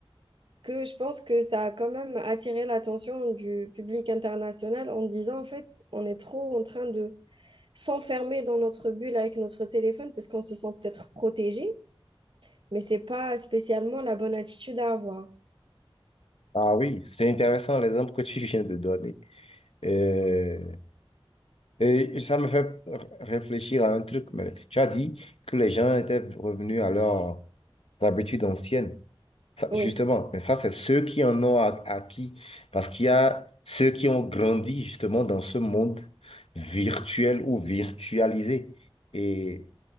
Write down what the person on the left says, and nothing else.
Ah oui, c'est intéressant l'exemple que tu viens de donner. Euh, et ça me fait réfléchir à un truc. Mais tu as dit que les gens étaient revenus à leurs habitudes anciennes. Ça,
justement, mais ça, c'est ceux qui en ont a- acquis, parce qu'il y a ceux qui ont grandi justement dans ce monde virtuel ou virtualisé. Et